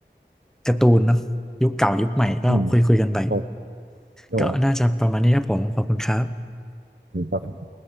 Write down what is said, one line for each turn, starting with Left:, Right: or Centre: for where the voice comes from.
Centre: การ์ตูนเนาะยุคเก่ายุคใหม่ก็คุยคุยกันไป
Right: อืมครับเออ
Centre: ก็น่าจะประมาณนี้ครับผมขอบคุณครับ
Right: ครับ